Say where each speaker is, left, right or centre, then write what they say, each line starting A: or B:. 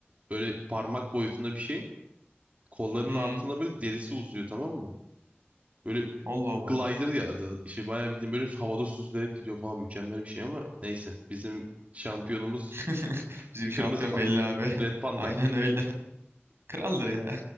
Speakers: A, on the right (about 35°); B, on the right (about 65°).
A: böyle parmak boyutunda bir şey. Kollarının
B: Hmm,
A: altında böyle derisi uzuyor tamam mı? Böyle
B: Allah Allah.
A: glider ya adı. İşte bayağı bildiğin böyle havada süzülerek gidiyor falan. Mükemmel bir şey ama neyse. Bizim şampiyonumuz
B: <laughs> Bizi bir şampiyon
A: Kırmızı Pan.
B: belli abi.
A: Red
B: <laughs>
A: Panda.
B: Aynen öyle. Kraldır ya.